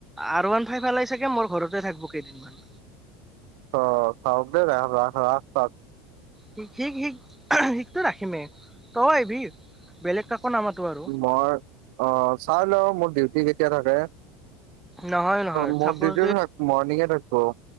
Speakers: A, in the centre; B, on the right.
A: আৰু ওান ফাই ফালাই চাগে মই ঘৰতে থাকিবো কেইদিনমান।
B: অ, ৰাস্তা।
A: শিক, শিক, শিকতটো ৰাখিমেই তই এবি বেলেগ কাকো নামাতো আৰু
B: মই অ, চাই ল মোৰ ডিউটি কেতিয়া থাকে।
A: নহয় নহয়
B: মোৰ
A: চাপজ
B: ডিউটি থাকে মৰ্ণিঙে থাকো।